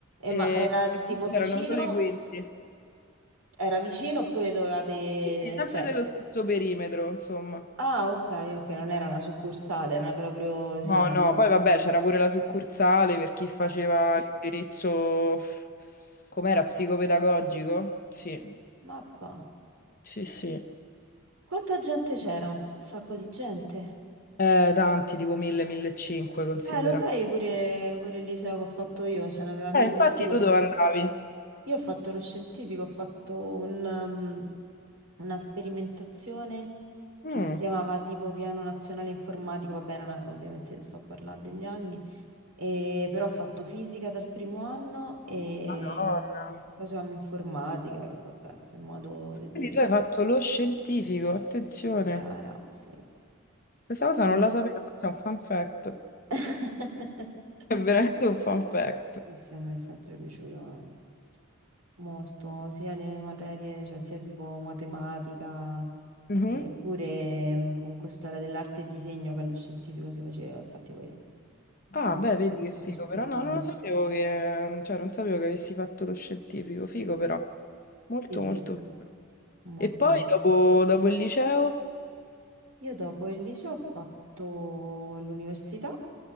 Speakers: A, on the left (about 40°); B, on the right (about 85°).
A: E,
B: ma era
A: e quindi
B: tipo vicino?
A: erano solo i quinti.
B: Era vicino oppure dovevate...
A: Sì, sì, sempre
B: Cioè...
A: nello stesso perimetro, insomma.
B: Ah, ok, ok, non era una succursale, era proprio... Sì.
A: No,
B: mm.
A: no, poi vabbè, c'era pure la succursale per chi faceva l'indirizzo, com'era, psicopedagogico? Sì,
B: Mappa.
A: sì, sì.
B: Quanta gente c'era? Un sacco di gente.
A: Eh, tanti, tipo 1000, 1500, considera.
B: Eh, lo sai pure, pure il liceo che ho fatto io, ce n'aveva 1200.
A: Eh, infatti tu dove andavi?
B: Io ho fatto lo scientifico, ho fatto un, um, una sperimentazione
A: Mm,
B: che si chiamava tipo Piano Nazionale Informatico, vabbè, era una- ovviamente sto a parlare degli anni. E però ho fatto fisica dal primo anno e
A: Madonna.
B: facevamo informatica, che vabbè, per modo di
A: Quindi
B: dire.
A: tu hai fatto lo scientifico, attenzione.
B: Che cara, sì.
A: Questa cosa
B: E...
A: non la sapevo, questo è un fun fact.
B: <laughs>
A: È veramente un fun fact.
B: Sì, sì, a me è sempre piaciuto molto, sia le materie, cioè sia tipo matematica,
A: Mhm.
B: che pure mm, comunque storia dell'arte e disegno che allo scientifico si faceva, infatti poi,
A: Ah,
B: vabbè,
A: beh, vedi
B: pure l'università,
A: che figo, però no, non lo sapevo che, cioè, non sapevo che avessi fatto lo scientifico, figo però, molto
B: sì, sì,
A: molto
B: sì,
A: figo.
B: molto.
A: E poi dopo, dopo il liceo?
B: Io dopo il liceo ho fatto l'università, ho